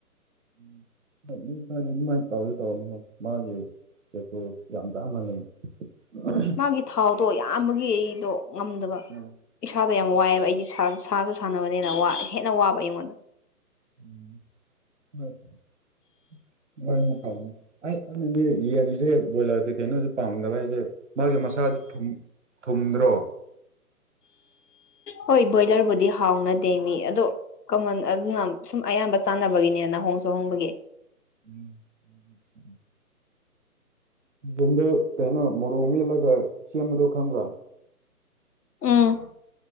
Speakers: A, on the right; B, on the left.
A: <unintelligible> ꯌꯥꯝ <unintelligible>
B: ꯃꯥꯒꯤ ꯊꯥꯎꯗꯣ ꯌꯥꯝꯕꯒꯤ ꯑꯩꯗꯣ ꯉꯝꯗꯕ
A: ꯎꯝ
B: ꯏꯁꯥꯗꯣ ꯌꯥꯝ ꯋꯥꯏꯑꯦꯕ ꯑꯩꯗꯤ ꯁꯥꯁꯨ ꯁꯥꯟꯅꯕꯅꯤꯅ ꯍꯦꯟꯅ ꯋꯥꯕ ꯑꯩꯉꯣꯟꯗ
A: <unintelligible> ꯑꯩ ꯑꯩꯅꯅꯦ ꯌꯦꯟꯁꯦ ꯕꯣꯏꯂꯔ ꯀꯩꯅꯣꯁꯨ ꯄꯥꯝꯗꯕ ꯍꯥꯏꯁꯦ ꯃꯥꯒꯤ ꯃꯁꯥꯗꯨ ꯊꯨꯝ ꯊꯨꯝꯗ꯭ꯔꯣ
B: ꯍꯣꯏ ꯕꯣꯏꯂꯔꯕꯨꯗꯤ ꯍꯥꯎꯅꯗꯦ ꯃꯤ ꯑꯗꯣ ꯀꯃꯟ ꯑꯗꯨꯅ ꯁꯨꯝ ꯑꯌꯥꯝꯕ ꯆꯥꯟꯅꯕꯒꯤꯅꯦꯅꯥ ꯍꯣꯡꯁꯨ ꯍꯣꯡꯕꯒꯤ
A: <inaudible> <unintelligible> ꯀꯩꯅꯣ ꯃꯣꯔꯣꯛ ꯃꯦꯜꯂꯒ ꯁꯦꯝꯕꯗꯣ ꯈꯪꯕ꯭ꯔꯥ
B: ꯎꯝ